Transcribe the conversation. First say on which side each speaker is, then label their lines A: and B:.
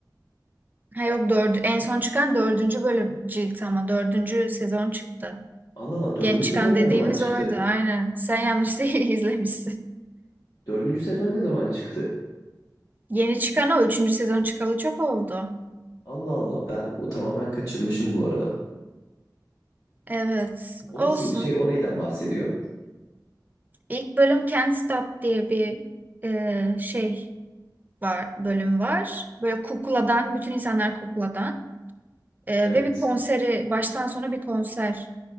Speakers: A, on the right; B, on the left.
A: Ha yok dördü, en son çıkan dördüncü bölüm cilt ama dördüncü sezon çıktı.
B: Allah Allah dördüncü
A: Yeni çıkan
B: sezon
A: dediğimiz
B: ne zaman çıktı?
A: orada aynen. Sen yanlış <laughs> değil izlemişsin.
B: Dördüncü sezon ne zaman çıktı?
A: Yeni çıkan o üçüncü sezon çıkalı çok oldu.
B: Allah Allah ben o tamamen kaçırmışım bu arada.
A: Evet
B: O
A: olsun.
B: nasıl bir şey? O neyden bahsediyor?
A: İlk bölüm Can't Stop diye bir e, şey var bölüm var. Böyle kukladan bütün insanlar kukladan. Ee,
B: Evet.
A: ve bir konseri baştan sona bir konser